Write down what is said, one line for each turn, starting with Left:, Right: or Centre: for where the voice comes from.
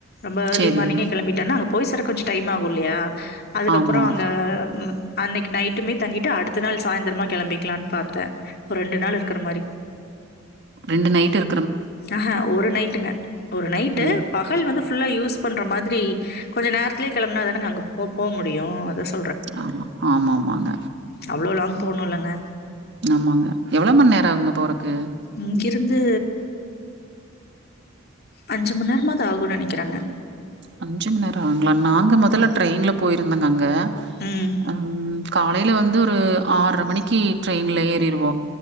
Left: ரொம்ப ஏர்லி
Right: சரிங்க.
Left: மானிங்கே கெளம்பிட் டன்ன அங்க போய் சேர கொஞ்ச டைம் ஆகு இல்லாயா அதுக்கப்புற
Right: ஆமா.
Left: அங்க ம் அன்னைக்கு நைட்டுமே தங்கிட்டு அடுத்த நாள் சாயந்திரமா கிளம்பிக்கலான் பாத்தேன் ஒரு ரெண்டு நாள் இருக்கற மாரி
Right: ரெண்டு நைட்டு இரு
Left: ஆஹ ஒரு நைட்டுங்க ஒரு நைட்டு
Right: ம்.
Left: பக பகல் வந்து ஃபுல்லா யூஸ் பண்ற மாதிரி கொஞ்ச நேரத்தலயே கிளம்புனா தானங்க அங்க போ போ முடியு அத சு
Right: ஆமா ஆமா ஆமாங்க
Left: அவ்ளோ லாங் போணுல்லங்க
Right: ஆமாங்க எவ்வளோ மண்நேர ஆகுங்க போறக்கு
Left: இங்கிருந்து அஞ்சு மண்நேரமாது ஆகுன்னு நினைக்கிறேங்க
Right: அஞ்சு மண்நேர ஆகுங்களா நாங்க முதல்ல ட்ரெயின்ல போயிருந்தங்க அங்க
Left: ம்.
Right: ம் காலைல வந்து ஒரு ஆறை மணிக்கு ட்ரெயின்ல ஏறிருவோ